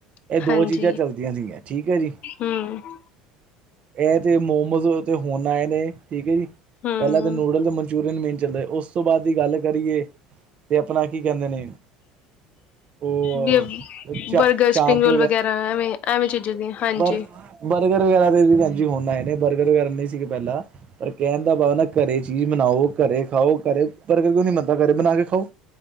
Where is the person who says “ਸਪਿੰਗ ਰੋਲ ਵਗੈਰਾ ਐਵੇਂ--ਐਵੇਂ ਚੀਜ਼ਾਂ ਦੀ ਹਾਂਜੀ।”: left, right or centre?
Left